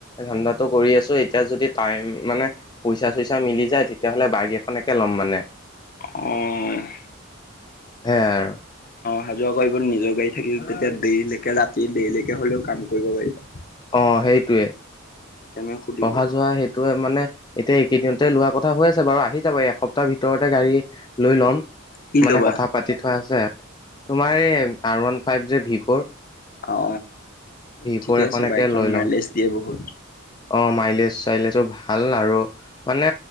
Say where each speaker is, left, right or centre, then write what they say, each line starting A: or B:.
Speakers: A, on the left; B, on the left.
A: ধাণ্ডাটো কৰি আছো এই এতিয়া যদি টাইম মানে পইচা চইচা মিলি যায় তেতিয়য়াহ'লে বাইক এখনকে ল'ম মানে।
B: অহ।
A: সেয়াই আৰু।
B: অহা যোৱা কৰিব নিজৰ গাড়ী থাকিলে তেতিয়া দেৰিলেকে ৰাতি দেৰিলেকে হ'লেও কাম কৰিব পাৰিবা।
A: অহ সেইটোৱে।
B: সেইকাৰণে সুধিলো
A: অহা যোৱা সেইটোৱে মানে এতিয়া এইকেইদিনতে লোৱা কথা হৈ আছে বাৰু আহি যাব এসপ্তাহ ভিতৰতে গাড়ী লৈ লম
B: কি
A: মানে
B: ল'বা
A: কথা পাতি থোৱা আছে। তোমাৰ এই আৰ ওৱান ফাইভ যে ভিভ
B: অ',
A: ভি
B: ঠিকে
A: ফ'ৰ এখনকে
B: আছে বাইকখন
A: লৈ
B: মাইলেজ
A: লওঁ
B: দিয়ে বহুত।
A: অ', মাইলেজ চাইলেছো ভাল আৰু মানে